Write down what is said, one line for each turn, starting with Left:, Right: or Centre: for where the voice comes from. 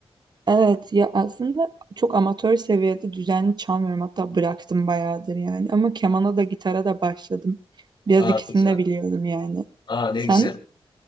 Right: Evet ya aslında çok amatör seviyede düzenli çalmıyorum. Hatta bıraktım bayağıdır yani. Ama kemana da gitara da başladım. Biraz
Left: Aa,
Right: ikisini
Left: güzel.
Right: de biliyorum yani.
Left: Aa, ne
Right: Sen?
Left: güzel.